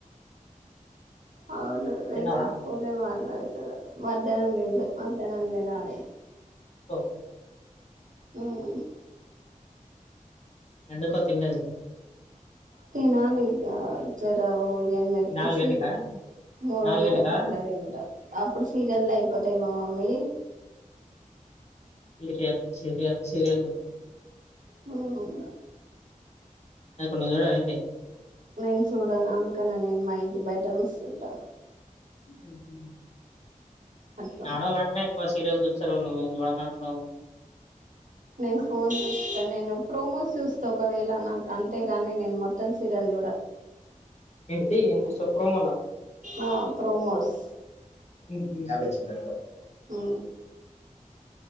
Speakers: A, on the right; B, on the left.
A: అవును రైతోడు
B: తిన్నావా
A: కూలే మాట్లాడ ట్యవ్ మధ్యాహ్నం దిన్ మధ్యాహ్నం దిన అ
B: ఓహొ
A: మ్మ్
B: ఎందుకు తినలేదు
A: తినాలి ఇగ జర ఎందన్
B: నాలుగింటికా
A: ఎచ్చి మూడున్నర
B: నాలుగింటికా
A: కట్టలేదంట అప్పుడు సీరియల్ అయిపోతాయి మామ, మయి
B: సిరియన్ సీరియన్ సీరియన్లు
A: హ్మ్
B: నాకు నువ్వు చూడవా ఏంది
A: నేను చూడను అందుకనే నేను మైం టి బయట గూస్సుట్టా
B: ఊహూ
A: అట్లా
B: ఆడోళ్ళంటేనే ఎక్కువ సీరియల్ చూ సరు నువ్వేం చూడనంటున్నావు
A: నేను ఫోన్ చూస్తా నేను ప్రోమోస్ చూస్తా ఒకవేళ నాకు అంతే కానీ నేను మొత్తం సీరియల్ చూడ
B: ఏంటిఫి ఏం చూస్తవ్ ప్రోమోలా
A: ఆ ప్రోమోస్
B: ఊహూ చిన్నదో
A: ఆ